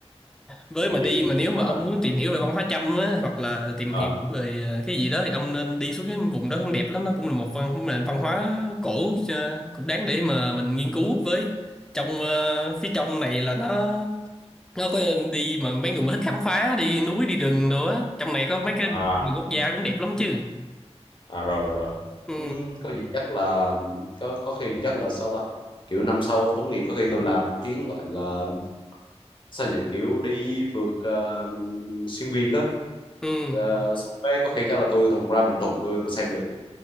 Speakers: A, in the centre; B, on the left (about 45°).
A: với
B: tại
A: mà
B: vì
A: đi mà nếu
B: ờ
A: mà ông muốn tìm hiểu về văn hóa Chăm á hoặc là tìm
B: ờ,
A: hiểu về ờ, cái gì đó thì ông nên đi xuống cái vùng đó cũng đẹp lắm nó cũng là một văn nền văn hóa cổ ờ, cũng đáng để mà mình nghiên cứu với trong ờ, phía trong này là nó nó có đi mà mấy người mà thích khám phá đi núi đi rừng đồ á trong này có mấy cái vườn
B: à,
A: quốc gia cũng đẹp lắm chứ
B: à rồi rồi rồi
A: ừ
B: ừ, có gì chắc là có có khi chắc là sao ta kiểu năm sau tốt nghiệp có khi tôi làm một chuyến gọi là sao nhỉ kiểu đi phượt ờ, xuyên Việt á
A: ừ
B: Ờ, xong đấy có khi chắc là tôi tuần ra Bình Thuận tôi tôi xem thử